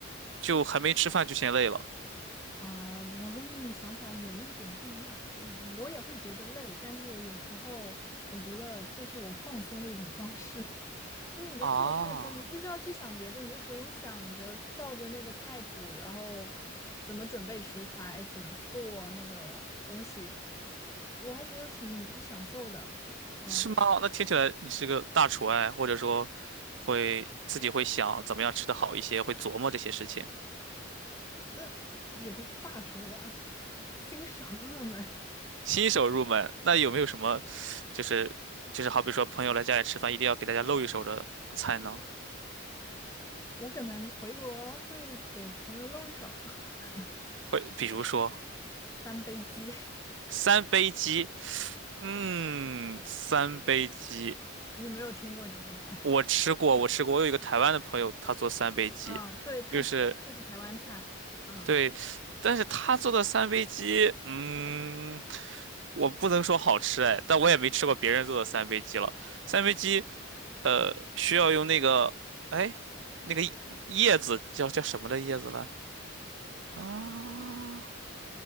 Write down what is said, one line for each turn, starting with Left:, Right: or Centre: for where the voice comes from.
Right: 就还没吃饭就先累了
Left: 啊，我跟你想法有那么点不一样，我我也会觉得累，但是有时候我觉得这是我放松的一种方式。因为你在做菜的时候，
Right: 啊，
Left: 你不需要去想别的，你就只用想着照着那个菜谱，然后怎么准备食材，怎么做那个东西，我还觉得挺享受的。嗯，
Right: 是吗？那听起来你是个大厨哎，或者说会自己会想怎么样吃的好一些，会琢磨这些事情。
Left: 那也不是大厨吧，<laughs> 新手入门，
Right: 新手入门，那有没有什么就是就是好比说朋友来家里吃饭，一定要给大家露一手的菜呢？
Left: 我可能回国会给朋友露一手，<laughs>
Right: 会，比如说
Left: 三杯鸡，
Right: 三杯鸡，嗯，三杯鸡，
Left: 你没有听过这个菜？
Right: 我吃过，我吃过，我有一个台湾的朋友，他做三杯鸡，
Left: <laughs> 啊，对，它这这是台湾菜。
Right: 就是
Left: 嗯，
Right: 对，但是他做的三杯鸡，嗯，我不能说好吃哎，但我也没吃过别人做的三杯鸡了。三杯鸡，呃，需要用那个，哎，那个叶子叫叫什么的叶子来啊？